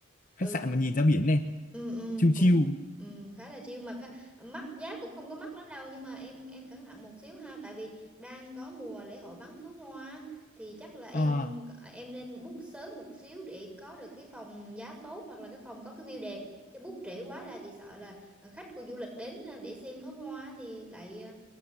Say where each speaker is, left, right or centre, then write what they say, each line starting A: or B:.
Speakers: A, on the left; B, in the centre.
A: khách
B: ừ
A: sạn mà nhìn ra biển này
B: ừ, ừ
A: chill
B: cũng
A: chill
B: ừ, khá là chill mà khá, mắc giá cũng không có mắc lắm đâu nhưng mà em em cẩn thận một xíu ha tại vì đang có mùa lễ hội bắn pháo hoa á, thì chắc là em
A: à
B: em nên book sớm một xíu để có được cái phòng giá tốt hoặc là cái phòng có cái view đẹp chứ book trễ quá là chị sợ là khách của du lịch đến ờ, để xem pháo hoa thì lại ờ,